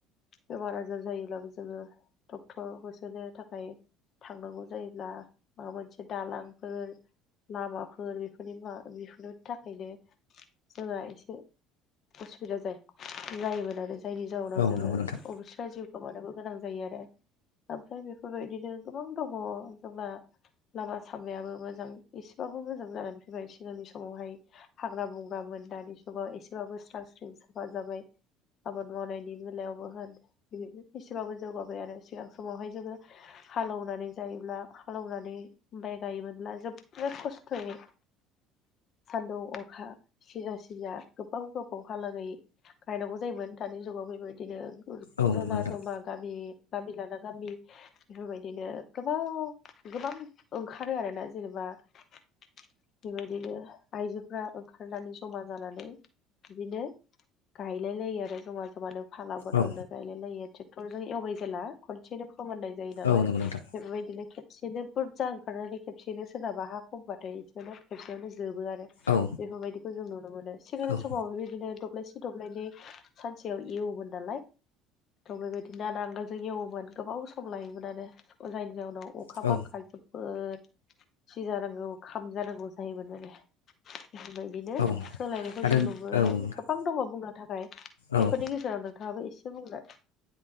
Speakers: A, on the left (about 45°); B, on the left (about 80°).
A: बेमार आजार जायोब्लाबो जोङो डक्टर होसोनो थाखाय थांनांगौ जायोब्ला माबा मोनसे दालांफोर लामाफोर बेफोरनि मा बेफोरनि थाखायनो जोंहा एसे उसुबिदा जायो जायोमोन आरो जायनि जाउनाव
B: औ
A: जोङो।
B: नंगौ नोंथां
A: अबेस्रा जिउ गोमानोबो गोनां जायो आरो ओमफ्राय बेफोरबायदिनो गोबां दङ जोंना। लामा सामायाबो मोजां एसेबाबो मोजां जानानै फैबाय सिगांनि समावहाय हाग्रा बंग्रामोन दानि जुगाव एसेबाबो स्रां स्रिं साफा जाबाय। आबाद मावनायनि बेलायावबो होन बिनो एसेबाबो जौगाबाय आरो सिगां समावहाय जोङो। हाले एवनानै जायोब्ला हालौ एवनानै माइ गायोमोनब्ला जोबोद खस्थ'यै सानदुं अखा सिजा सिजा गोबाव गोबावहालागै। गायनांगौ जायोमोन दानि जुगाव बेबायदिनो
B: औ
A: जमा
B: नंगौ नोंथां
A: जमा गामि। गामि लाना गामि। बेफोरबायदिनो गोबाव गोबां ओंखारो आरोना जेनेबा बेबायदिनो आइजोफ ओंखारनानै जमा जानानै बिदिनो गायलाय लायो आरो जमा जमानो फाला बदलद
B: औ
A: गायलायलायो ट्रेक्टरजों एवबाय जेला खनसेनो फोमोन जायो नालाय
B: औ नंगौ नोंथां
A: बेफोरबायदिनोे खेबसेनो बुरजा ओंखारनानै खेबसेनो सोरनाबा हा खमबाथाय एसेयावनो खेबसेयावनो जोबो आरो
B: औ
A: बेफोरबायदिखौ जों नुनो मोनो सिगांनि
B: औ
A: समाव बेबायदिनो दब्लायसे दब्लायनै सानसेयाव एव वोमोन नालाय थ' बेबायदिनो नांगोलजों एवोमोन गोबाव सम लायोमोनानो जायनि जाहोनाव अखा
B: औ
A: बांखा जोबोद सि जानांगौ खाम जानांगौ जायोमोन आरो बेफोरबायदिनो
B: औ
A: सोलायनायखौ
B: आरो
A: जों नुबोाय
B: औ
A: गोबां दङ बुंनो थाखाय बेफोरनि
B: औ
A: गेजेरावनो नोंथाङाबो एसे बुंलाय